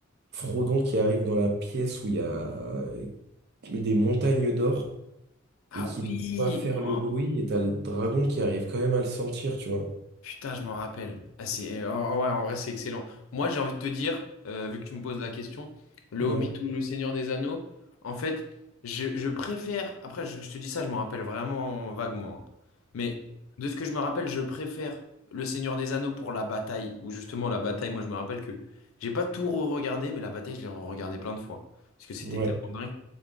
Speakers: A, on the right; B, on the left.
A: Frodon qui arrive dans la pièce où il y a euh, des montagnes d'or,
B: Ah
A: et qui ne
B: oui.
A: doit pas faire le
B: Oh
A: bruit, et t'as le dragon qui arrive quand même à le sentir, tu vois.
B: Putain, je m'en rappelle. Ah, c'est, euh, en- ouais, en vrai, c'est excellent. Moi, j'ai envie de te dire, euh, vu que tu me poses la question, Le
A: Ouais,
B: Hobbit ou Le Seigneur des Anneaux, en fait, je, je préfère. Après, je, je te dis ça, je m'en rappelle vraiment vaguement. hein. Mais de ce que je me rappelle, je préfère Le Seigneur des Anneaux pour la bataille. Ou justement, la bataille, moi, je me rappelle que j'ai pas tout re-regardé, mais la bataille, je l'ai re-regardée plein de fois. Parce que c'était
A: ouais,
B: tellement dingue.